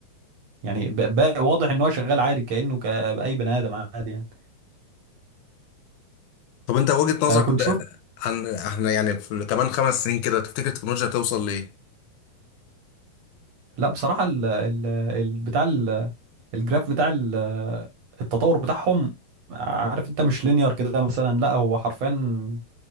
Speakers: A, on the right; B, on the left.
A: يعني ب- ب- واضح ان هو شغال عادي كأنه كأي بني ادم عادي يعني
B: طب انت وجهة نظرك
A: آه، كنت
B: ده
A: شفت
B: ده عن احنا يعني في كمان خمس سنين كده تفتكر التكنولوجيا هتوصل لايه؟
A: لا بصراحة ال ال ال بتاع ال- الجراف بتاع ال- التطور بتاعهم عارف انت مش لينير كده مثلا لا هو حرفيا